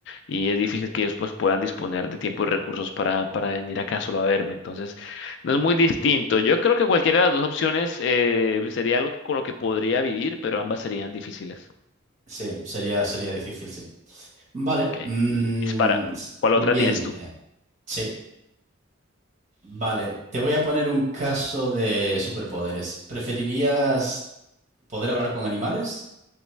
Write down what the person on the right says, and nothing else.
Sí, sería, sería difícil, sí. Vale.
mm,
siguiente.
Sí, vale. Te voy a poner un caso de superpoderes. ¿Preferirías poder hablar con animales